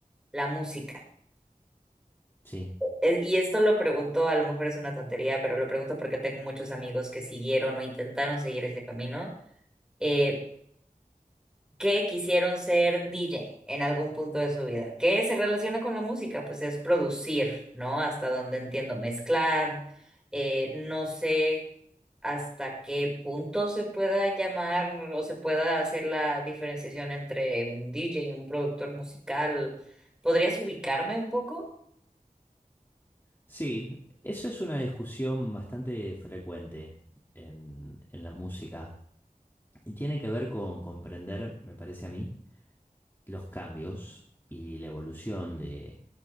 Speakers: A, in the centre; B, on the left (about 15°).
A: la música,
B: Sí,
A: e- y esto lo pregunto, a lo mejor es una tontería, pero lo pregunto porque tengo muchos amigos que siguieron o intentaron seguir ese camino. Eh, que quisieron ser DJ en algún punto de su vida, que se relaciona con la música, pues es producir, ¿no? Hasta donde entiendo, mezclar, eh, no sé hasta qué punto se pueda llamar o se pueda hacer la diferenciación entre un DJ y un productor musical. ¿Podrías ubicarme un poco?
B: sí, eso es una discusión bastante frecuente en, en la música y tiene que ver con comprender, me parece a mí los cambios y la evolución de,